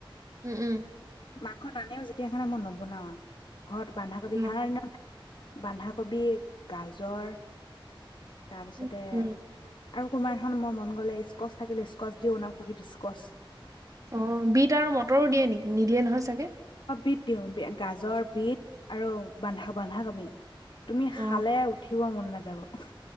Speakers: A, on the right; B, on the left.
A: উম উম
B: মাংস নানেও যেতিয়াসেইকাৰনে মই নবনাও আৰু ঘৰত বান্ধাকবি
A: উম
B: থানা দিনত বন্ধাকবি, গাজৰ তাৰপিছতে
A: উম উম
B: আৰু কোমাৰ মই মন গ'লে স্কচ থাকিল স্কচ দি ও বনাও কবি স্কচ
A: অ বিট আৰু মটৰো দিয়ে নেকি নিদিয়ে নহয় চাগে
B: অ বিট দিওঁ গাজৰ বিট আৰু বান্ধা বান্ধা কবি বি তুমি
A: অ
B: খালে উঠিব মন নাযায় যাব